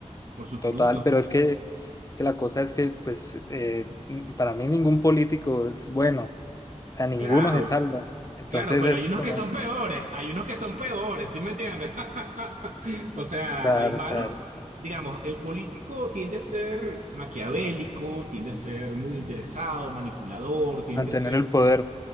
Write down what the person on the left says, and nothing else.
total,
pero es que, que la cosa es que, pues, eh, para mí ningún político es bueno, o sea, ninguno
se salva. Entonces
es
como,
claro,
claro,
mantener
el poder.